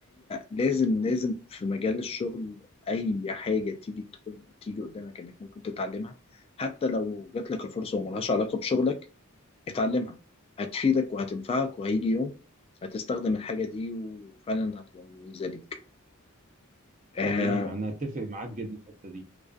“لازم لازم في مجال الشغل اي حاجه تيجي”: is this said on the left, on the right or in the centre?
Left